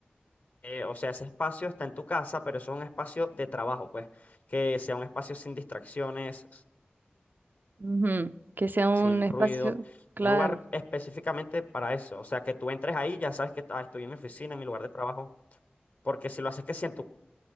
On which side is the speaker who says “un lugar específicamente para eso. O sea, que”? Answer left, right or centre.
Left